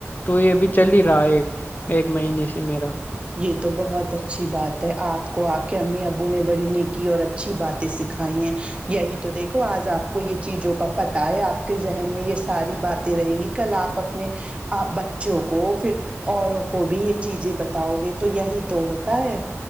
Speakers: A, on the left (about 35°); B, on the right (about 25°).
A: تو یہ ابھی چل ہی رہا ہے ایک ایک مہینے سے میرا
B: یہ تو بہت اچھی بات ہے آپ کو آپ کے امی ابو نے بڑی نیکی اور ا اچھی باتیں سکھائی ہیں یہی تو دیکھو آج آپ کو کو یہ چیزوں کا پتہ ہے آپ کے ذہن میں یہ ساری باتیں رہیں گی کل آپ اپنے آ بچوں کو پھر اوروں کو بھی یہ چیزیں بتاؤ گے تو یہی تو ہوتا ہے